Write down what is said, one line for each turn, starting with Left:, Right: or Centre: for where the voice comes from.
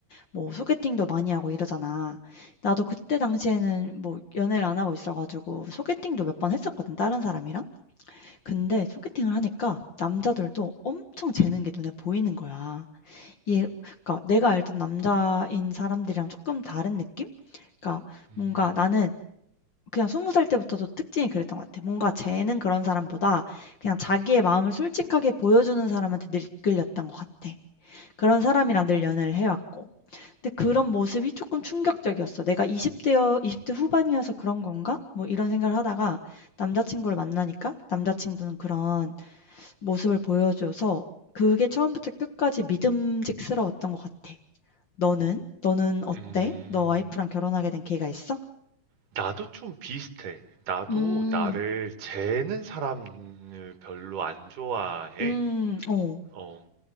Left: 뭐 소개팅도 많이 하고 이러잖아. 나도 그때 당시에는 뭐 연애를 안 하고 있어가지고 소개팅도 몇 번 했었거든. 다른 사람이랑. 근데 소개팅을 하니까 남자들도 엄청 재는 게 눈에 보이는 거야. 예. 그러니까 내가 알던 남자인 사람들이랑 조금 다른 느낌? 그러니까
Right: 음,
Left: 뭔가 나는 그냥 스무 살 때부터도 특징이 그랬던 것 같아. 뭔가 쟤는 그런 사람보다 그냥 자기의 마음을 솔직하게 보여주는 사람한테 늘 이끌렸던 것 같아. 그런 사람이랑 늘 연애를 해 왔고. 근데 그런 모습이 조금 충격적이었어. '내가 이십 대여 20대 후반이어서 그런 건가?' 뭐 이런 생각을 하다가 남자 친구를 만나니까 남자 친구는 그런 모습을 보여줘서 그게 처음부터 끝까지 믿음직스러웠던 것 같아. 너는? 너는 어때?
Right: 음,
Left: 너 와이프랑 결혼하게 된 계획이 있어?
Right: 나도 좀 비슷해. 나도
Left: 음.
Right: 나를 재는 사람을 별로 안 좋아해.
Left: 음. 어.
Right: 어,